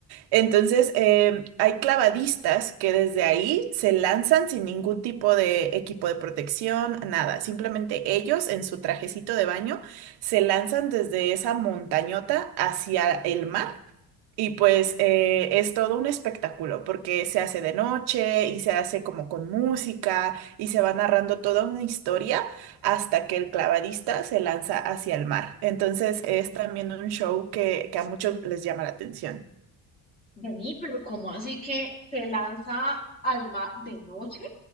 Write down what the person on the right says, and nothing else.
Entonces, eh, hay clavadistas que desde ahí se lanzan sin ningún tipo de equipo de protección, nada. Simplemente ellos en su trajecito de baño se lanzan desde esa montañota hacia el mar. Y pues eh, es todo un espectáculo porque se hace de noche y se hace como con música y se va narrando toda una historia hasta que el clavadista se lanza hacia el mar. Entonces es también un show que, que a muchos les llama la atención.